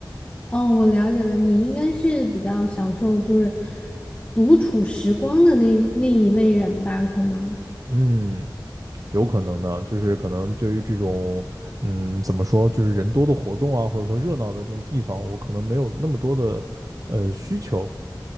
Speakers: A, on the left; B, on the right.
A: 哦，我了解了，你应该是比较享受就是独处时光的那那一类人吧？可能，
B: 嗯，有可能呢，就是可能对于这种，嗯，怎么说，就是人多的活动啊，或者说热闹的这种地方，我可能没有那么多的，呃，需求，